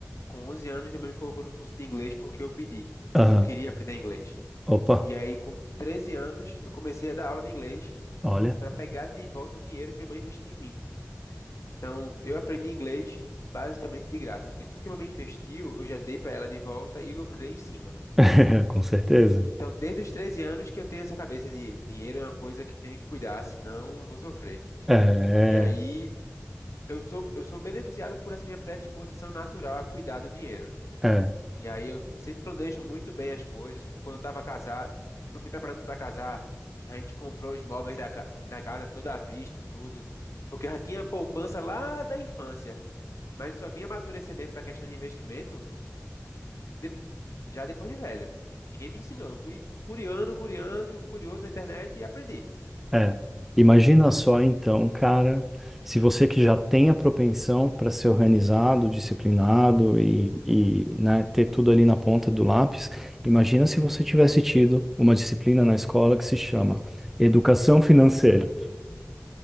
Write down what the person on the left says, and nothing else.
Com 11 anos, minha mãe me colocou no curso de inglês porque eu pedi.
Eu queria aprender inglês.
E aí, com 13 anos, eu comecei a dar aula de inglês
para pegar de volta o dinheiro que minha mãe investiu em mim. Então, eu aprendi inglês basicamente de graça, porque tudo que minha mãe investiu, eu já dei para ela de volta e lucrei em cima.
Então, desde os 13 anos que eu tenho essa cabeça de dinheiro é uma coisa que tenho que cuidar, senão eu vou sofrer.
E aí eu sou, eu sou beneficiado por essa minha predisposição natural a cuidar do dinheiro.
E aí eu sempre planejo muito bem as coisas. Tipo, quando eu estava casar, me preparando para casar, a gente comprou os móveis da, ca- da casa toda à vista, tudo. Porque eu já tinha poupança lá da infância. Mas só vinha amadurecer mesmo para a questão de investimento de- já depois de velho. Ninguém me ensinou. Eu fui curiando, curiando, curioso na internet e aprendi.